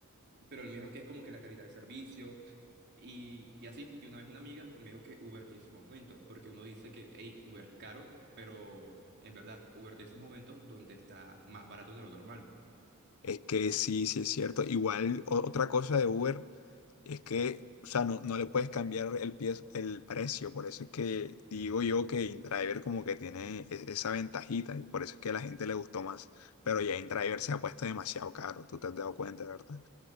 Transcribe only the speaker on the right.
Pero él me dijo que es como que la calidad del servicio y, y así, y una vez una amiga me dijo que Uber tiene sus momentos, porque uno dice que, hey, Uber es caro, pero en verdad, Uber tiene sus momentos donde está más barato de lo normal.